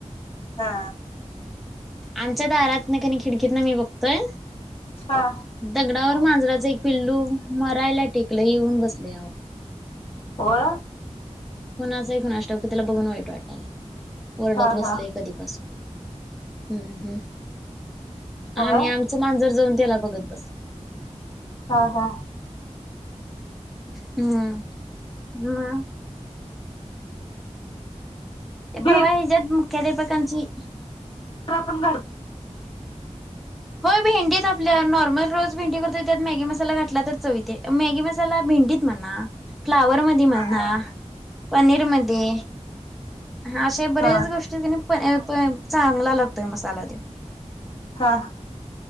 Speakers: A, on the left; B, in the centre.
A: हा.
B: आमच्या दारातन कणी खिडकीत न मी बघतोय.
A: हा.
B: दगडावर मांजराच एक पिल्लू मरायला टेकलं येऊन बसलय अहो.
A: व्हय.
B: कुणाच ये कुणाष ठाऊक त्याला बघून वाईट वाटायलय, वरडत
A: हा
B: बसलय.
A: हा.
B: कधी पासून, हम् हम,
A: होय.
B: आणि आम च मांजर जाऊन त्याला बघत बसलंय.
A: हा हा.
B: हम्, म. ते
A: बी
B: परवा हीज्यात मुख्याध्यापकांची
A: तर आपण घाड
B: होय भेंडीत आपल्या नॉर्मल रोज भेंडी करतोय त्यात मॅगी मसाला घातला तर चव येत्या मॅगी मसाला भेंडीत म्हणा, फ्लावर मध्ये म्ह णा,
A: हा
B: पनीर मध्ये, अशे बर्याच
A: हा
B: गोष्टीत कनी अ प चांगला लागतोय मसाला त्यो.
A: हा.